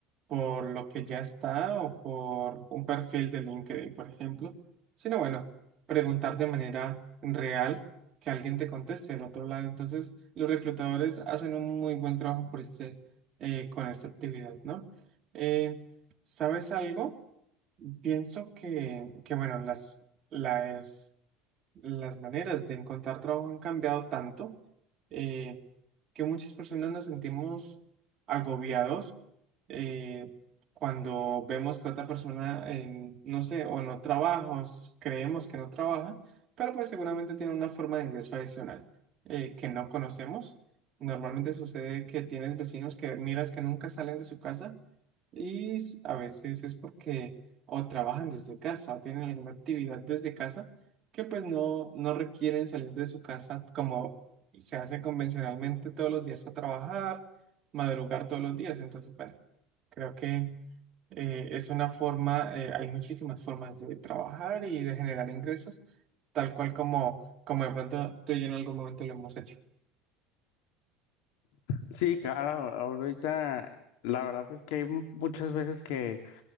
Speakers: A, on the right; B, on the left.
A: por lo que ya está o por un perfil de LinkedIn, por ejemplo, sino bueno, preguntar de manera real que alguien te conteste del otro lado. Entonces, los reclutadores hacen un muy buen trabajo por este, eh, con esta actividad, ¿no? Eh, ¿sabes algo? Pienso que, que bueno, las, las las maneras de encontrar trabajo han cambiado tanto eh, que muchas personas nos sentimos agobiados eh, cuando vemos que otra persona, eh, no sé, o no trabaja, o s- creemos que no trabaja, pero pues seguramente tiene una forma de ingreso adicional eh, que no conocemos. Normalmente sucede que tienes vecinos que miras que nunca salen de su casa y s- a veces es porque o trabajan desde casa o tienen alguna actividad desde casa que pues no, no requieren salir de su casa como se hace convencionalmente todos los días a trabajar, madrugar todos los días. Entonces, bueno, creo que eh, es una forma, eh, hay muchísimas formas de trabajar y de generar ingresos, tal cual como, como de pronto tú y yo en algún momento lo hemos hecho.
B: Sí, claro, ahorita la verdad es que hay mu- muchas veces que,